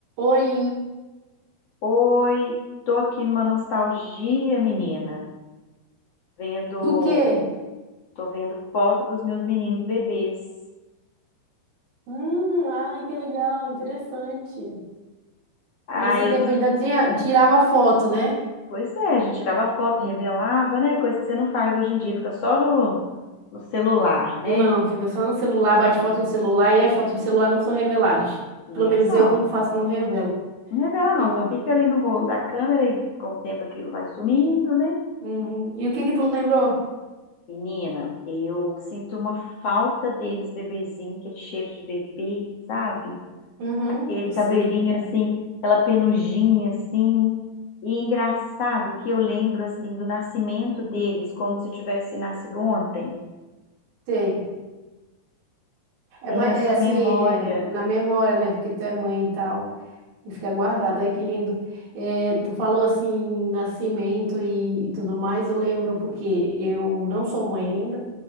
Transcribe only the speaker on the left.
Oi, tô aqui numa nostalgia, menina. Vendo,
tô vendo foto dos meus meninos bebês.
Ah,
eu,
pois é, a gente tirava foto, revelava, né? Coisa que você não faz hoje em dia, fica só no, no celular,
né?
Não
são.
Não revela
não, só fica ali no rolo da câmera e com o tempo aquilo vai sumindo, né?
Menina, eu sinto uma falta deles, bebezinho, aquele cheiro de bebê, sabe?
aquele cabelinho
assim, aquela penugem assim. E engraçado que eu lembro assim do nascimento deles, como se eu tivesse nascido ontem.
Tenho
essa
memória.